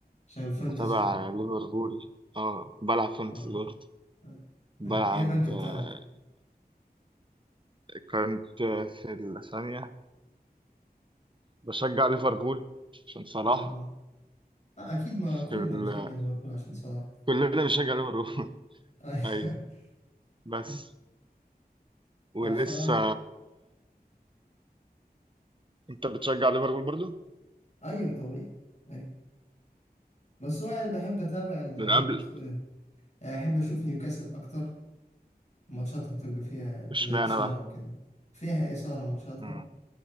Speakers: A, on the left; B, on the right.
A: عشان فانتزي
B: بتابع
A: طبعا
B: ليفربول اه بلعب فانتسي
A: آه
B: برضه
A: أي-
B: بلعب
A: أيوه إيه الرانك بتاعك؟
B: آه، كنت في الثانية بشجع ليفربول عشان صلاح
A: آه آه لا أكيد ما
B: في
A: كلنا
B: ال...
A: بنشجع ليفربول عشان صلاح
B: كلنا بنشجع ليفربول <laughs>
A: أيوه
B: أيوة
A: <laughs>
B: بس ولسه
A: أنا بصراحة
B: أنت بتشجع ليفربول برضو
A: أيوه طبيعي أيوه بس هو يعني بحب أتابع ال-
B: من قبل
A: اسمه إيه ده؟ يعني أحب أشوف نيوكاسل أكتر ماتشاتها بتبقى فيها
B: اشمعنى
A: زي إثارة
B: بقى
A: وكده فيها إثارة ماتشاتها
B: مم.